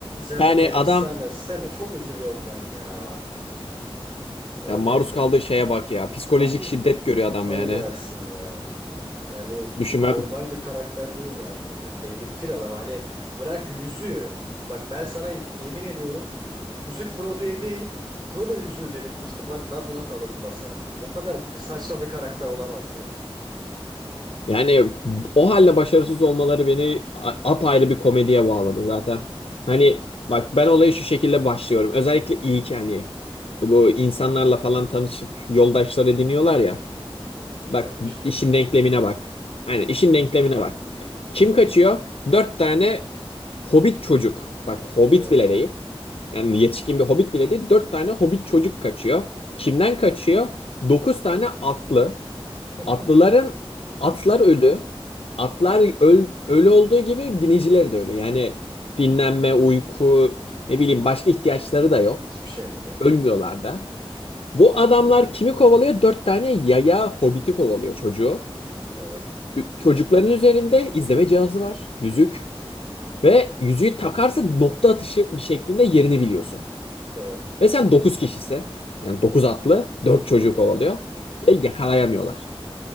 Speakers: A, on the right; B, on the left.
A: canım
B: Yani
A: benim
B: adam
A: Seme Seme çok üzülüyorum ben ya. Yani
B: ya maruz kaldığı şeye bak ya. Psikolojik
A: abi
B: şiddet görüyor
A: kafayı
B: adam yani.
A: yersin ya. Yani
B: Düşünme,
A: normal bir karakter değil ya Frodo. Delirtir adam. Hani bırak yüzüğü. Bak ben sana yemin ediyorum yüzük Frodo'ya değil Frodo yüzüğü delirtmiştir. Bak ben buna kalıbımı basarım. O kadar saçma bir karakter olamaz ya.
B: Yani o halde başarısız olmaları beni a- apayrı bir komediye bağladı zaten. Hani bak ben olaya şu şekilde başlıyorum. Özellikle ilk hani bu insanlarla falan tanışıp yoldaşlar ediniyorlar ya.
A: Hı hı, Yüzük
B: Bak
A: kardeşliği
B: işin
A: yapıyorlar.
B: denklemine bak. Hani
A: Hı,
B: işin denklemine bak. Kim kaçıyor? Dört tane hobbit çocuk. Bak hobbit
A: evet.
B: bile değil. Yani yetişkin bir hobbit bile değil. Dört tane hobbit çocuk kaçıyor. Kimden kaçıyor? Dokuz tane atlı.
A: <laughs>
B: Atlıların atlar ölü. Atlar öl- ölü olduğu gibi biniciler de ölü. Yani dinlenme, uyku, ne bileyim başka ihtiyaçları da yok.
A: Hiçbir şeyleri yok.
B: Ölmüyorlar da. Bu adamlar kimi kovalıyor? Dört tane yaya hobiti kovalıyor çocuğu.
A: Evet.
B: Ü- Çocukların üzerinde izleme cihazı var. Yüzük.
A: Hı hı.
B: Ve yüzüğü takarsa nokta atışı bir şeklinde yerini biliyorsun.
A: Evet.
B: Ve sen dokuz kişisin. Yani dokuz atlı, dört çocuğu
A: Evet.
B: kovalıyor. Ve yakalayamıyorlar.